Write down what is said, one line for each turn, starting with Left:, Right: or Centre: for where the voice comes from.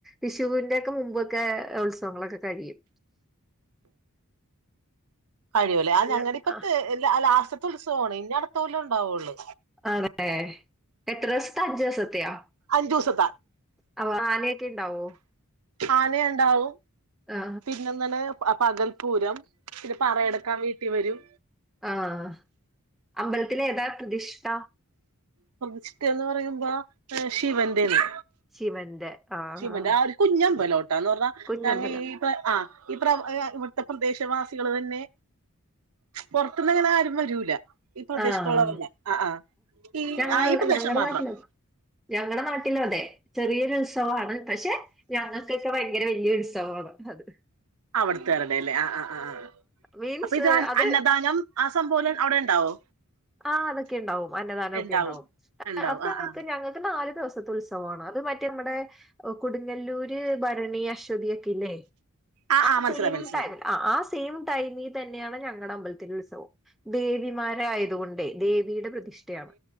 Centre: വിഷുവിന്റെ ഒക്കെ മുമ്പൊക്കെ ഉത്സവങ്ങളൊക്കെ കഴിയും.
Right: കഴിയൂല്ലേ ആഹ്
Centre: നിങ്ങൾ
Right: ഞങ്ങളടി ഇപ്പത്തെ
Centre: ആ
Right: ലാസ്റ്റത്തെ ഉത്സവിണ് ഇനി അടുത്ത കൊല്ലേ ഉണ്ടാവുള്ളൂ
Centre: അതേ എത്ര ദിവസത്തെ അഞ്ച് ദിവസത്തെയാ
Right: അഞ്ചൂസത്തെ
Centre: അപ്പോ ആനയൊക്കെ ഇണ്ടാവോ
Right: ആനയ്ണ്ടാവും.
Centre: ആ
Right: പിന്നെന്താണ് പ പകൽപൂരം പിന്നെ പറയെടുക്കാൻ വീട്ടി വരും.
Centre: ആഹ് അമ്പൽത്തിലേതാ പ്രതിഷ്ഠ?
Right: പ്രതിഷ്ഠയെന്ന് പറയുമ്പോ ഏഹ് ശിവന്റെണ്.
Centre: ശിവന്റെ. ആ
Right: ശിവന്റെ
Centre: ആ.
Right: ആഹ് ഒരു കുഞ്ഞമ്പലോട്ട എന്ന് പറഞ്ഞാ
Centre: കുഞ്ഞമ്പലം
Right: ഞങ്ങ ഈ പ്ര ആഹ് ഈ പ്ര ഇവിടുത്തെ പ്രദേശവാസികള് തന്നെ പൊറത്ത്ന്നങ്ങനെ ആരും വരൂല ഈ പ്രദേശത്തുള്ളവരന്നെ
Centre: ആ അതെ
Right: ആഹ് ആഹ് ഈ
Centre: ഞങ്ങൾ
Right: ആഹ് ഈ പ്രദേശം
Centre: ഞങ്ങളുടെ
Right: മാത്രം
Centre: നാട്ടിലും ഞങ്ങടെ നാട്ടിലും അതെ ചെറിയൊരു ഉത്സവാണ് പക്ഷെ ഞങ്ങക്കൊക്കെ ഭയങ്കര വല്യ ഉത്സവമാണ് അതെ
Right: അവിടുത്താരുടെല്ലേ ആഹ് ആഹ് ആഹ് ആഹ്
Centre: മീൻസ്
Right: അപ്പൊ ഇത് അന്ന
Centre: അത്
Right: അന്നദാനം ആഹ് സംഭവെല്ലാം അവിടെ ണ്ടാവോ
Centre: ആഹ് അതൊക്കെ ണ്ടാവും അന്നദാനൊക്കെ
Right: ഉണ്ടാവും
Centre: ണ്ടാവും
Right: ഉണ്ടാവും
Centre: അത് ഞങ്ങക്ക്
Right: ആ ആ
Centre: ഞങ്ങക്ക് നാല് ദിവസത്തെ ഉത്സ ത്സവാണ് അത് മറ്റേ നമ്മുടെ കൊടുങ്ങല്ലൂര് ഭരണീ അശ്വതി ഒക്കെ ല്ലേ
Right: ആ
Centre: ആഹ്
Right: ആ മനസ്സിലായി
Centre: സെയിം
Right: മനസ്സിലായി
Centre: ടൈമില ആഹ് ആ സെയിം ടൈമി തന്നെയാണ് ഞങ്ങടെ അമ്പലത്തിൽ ഉത്സവം ദേവിമാരായ യതുകൊണ്ടേ ദേവീടെ പ്രതിഷ്ഠയാണ്